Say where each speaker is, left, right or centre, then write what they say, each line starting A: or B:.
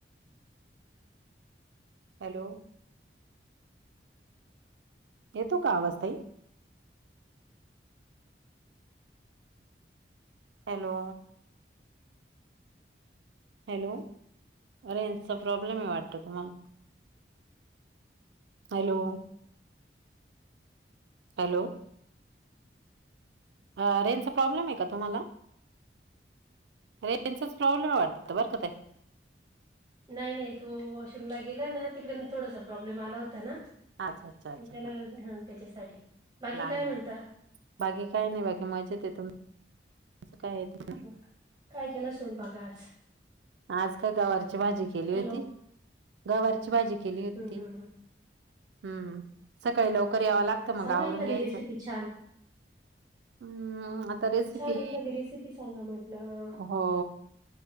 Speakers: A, on the right; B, on the right.
A: हॅलो येतो का आवाज ताई हॅलो हॅलो रेंजचा प्रॉब्लेम आहे. वाटत तुम्हाला. हॅलो. हॅलो अ रेंजचा प्रॉब्लेम आहे का तुम्हाला. रेंचाच प्रॉब्लेम आहे वाटतं बरं का ताई
B: नाही नाही तो वॉशरूमला गेला ना तिकडून थोडासा प्रॉब्लेम आला होता ना.
A: अच्छा, अच्छा, अच्छा.
B: <inaudible> त्याला
A: हां,
B: हा त्याच्या साठी बाकी
A: लहान
B: काय म्हणता.
A: बाळ. बाकी काय नाही बाकी मजेत हाय. तुमचं काय <inaudible>
B: <inaudible> काय केला स्वयपाक आज
A: आज काय गवारची भाजी केली
B: हॅलो.
A: होती. गवारची भाजी केली होती.
B: हम्म हम्म हम्म.
A: हम सकाळी लवकर यावं लागतं.
B: सांगा
A: मग आवरून
B: एखादी
A: घ्यायचं.
B: रेसिपी छान.
A: हम आता रेसिपी
B: छान एखादी रेसिपी सांगा म्हटलं.
A: हो